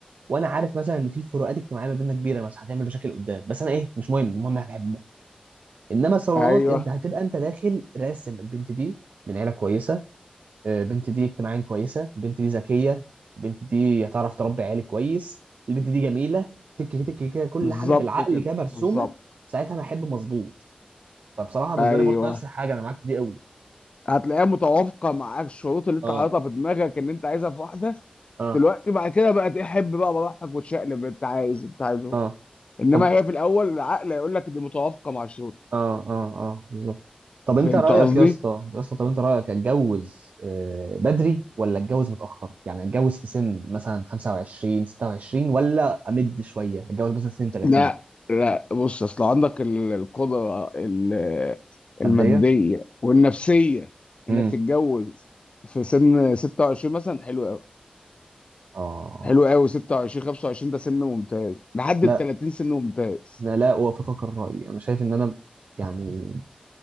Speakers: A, on the right; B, on the left.
A: وانا عارف مثلا ان في فروقات اجتماعيه ما بيننا كبيره مثلا هتعمل مشاكل قدام بس انا ايه مش مهم المهم انا بحبها انما الصالونات
B: ايوه
A: انت هتبقى انت داخل راسم البنت دي من عيله كويسه البنت دي اجتماعيا كويسه البنت دي ذكيه البنت دي هتعرف تربي عيالي كويس البنت دي جميله تك تك كده كل
B: بالظبط
A: حاجه بالعقل
B: كده
A: كده مرسومه
B: بالظبط
A: ساعتها انا احب مظبوط فبصراحه بالنسبه
B: ايوه
A: لي برضه نفس الحاجه انا معاك في دي قوي
B: هتلاقيها متوافقه مع الشروط اللي انت
A: اه
B: حاططها في دماغك ان انت عايزها في واحده
A: اه
B: دلوقتي بعد كده بقى تحب بقى براحتك وتشقلب انت عايز انت عايزه
A: اه
B: بقى. انما
A: طب
B: هي في الاول العقل هيقول لك دي متوافقه مع الشروط
A: اه اه اه بالظبط طب انت
B: فهمت
A: رايك
B: قصدي؟
A: يا اسطى يا اسطى طب انت رايك اتجوز آه، بدري ولا اتجوز متاخر يعني اتجوز في سن مثلا 25 26 ولا امد شويه اتجوز مثلا سن 30
B: لا لا بص اصل عندك ال- القدره ال- الماديه
A: قد ايه
B: والنفسيه انك
A: امم
B: تتجوز في سن 26 مثلا حلو قوي
A: اه
B: حلو قوي 26 25 ده سن ممتاز لحد
A: لا
B: ال 30 سن ممتاز
A: انا لا اوافقك الراي انا شايف ان انا يعني